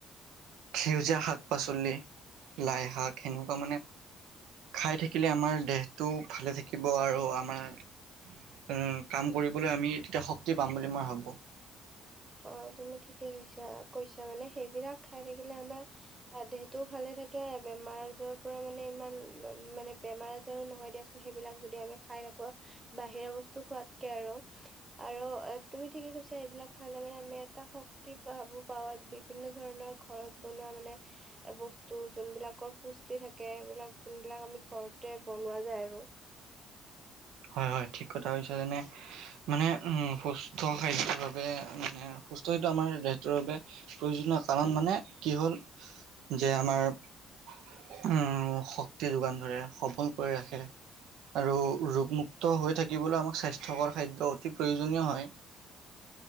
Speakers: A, on the right (about 85°); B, on the right (about 20°).
A: সেউজীয়া শাক-পাচলি, লাইশাক সেনেকুৱা মানে <inaudible> খাই থাকিলে আমাৰ দেহটো ভালে থাকিব আৰু আমাৰ <inaudible> উম! কাম কৰিবলৈ আমি তেতিয়া শক্তি পাম বুলি মই ভাবোঁ। <unintelligible>
B: হয় তুমি ঠিকে কৈছা। ‌ কৈছা, মানে সেইবিলাক খাই থাকিলে আমাৰ <inaudible> <unintelligible> দেহটোও ভালে থাকে। বেমাৰ আজাৰৰ পৰা মানে ইমান <unintelligible> মানে বেমাৰ আ <unintelligible> নহয় দিয়া চোন, সেইবিলাক যদি আমি খাই থাকোঁ। বাহিৰা বস্তু খোৱাতকে আৰু। আৰু এ তুমি ঠিকে কৈছা এইবিলাক <unintelligible> খালে মানে আমি এটা শক্তি পাব পাৰো। বিভিন্ন ধৰণৰ ঘৰত বনোৱা মানে <inaudible> বস্তু যোনবিলাকৰ পুষ্টি থাকে। এইবিলাক যোনবিলাক আমি ঘৰতে বনোৱা যায় আৰু। <unintelligible>
A: হয়-হয়। ঠিক কথা কৈছা যেনে <inaudible> মানে উম সুস্থ খাদ্যৰ বাবে মানে সুস্থ এইটো আমাৰ দেহটোৰ বাবে <unintelligible> প্ৰয়োজনীয় কাৰণ মানে কি হ'ল যে আমাৰ <unintelligible> উম! শক্তি যোগান ধৰে, সবল কৰি ৰাখে আৰু ৰোগ মু <unintelligible> মুক্ত হৈ থাকিবলৈ আমাক স্বাস্থ্যকৰ খাদ্য অতি প্ৰয়োজনীয় হয়। <inaudible>